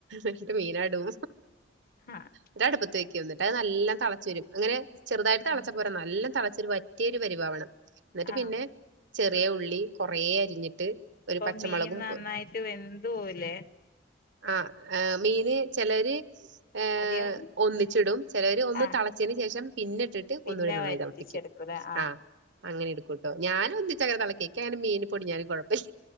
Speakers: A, on the right; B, on the left.
A: എന്നിട്ട് മീനാടും.
B: ആഹ്
A: എന്നിട്ടടു പ്പത്തേക്കും എന്നിട്ടത് നല്ല തെളച്ച് വരും അങ്ങനെ ചെറുതായിട്ട് തെളച്ച
B: ആഹ്
A: പോരാ നല്ലോം തെളച്ച് ഒര് വറ്റിയ ഒരു പരിവാവണം. എന്നിട്ട്
B: ആഹ്
A: പിന്നെ ചെറിയ ഉള്ളി കൊറെ അരിഞ്ഞിട്ട്. ഒരു
B: അപ്പോ
A: പച്ചമുളകും
B: മീൻ നന്നായിട്ട് വെന്തു പോവുലേ?
A: ആ അമീന് ചെലര്. ഏഹ്
B: ആദ്യം
A: ഒന്നിച്ചിടും ചെലര് ഒന്ന്
B: ആഹ്
A: തെളച്ചേന് ശേഷം. പിന്നിട്ടിട്ട്
B: പിന്നെ
A: ഒന്നുകൂടെ നന്നായി
B: വറ്റിച്ചെടുക്കൂലേ
A: തെളപ്പിക്കും.
B: ആഹ്
A: ആ അങ്ങനെ എടുക്കുട്ടോ ഞാൻ ഒന്നിച്ചങ്ങനെ തെളപ്പിക്കും എനിക്കങ്ങനെ മീന് പൊടിഞ്ഞാലും കുഴപ്പല്ല.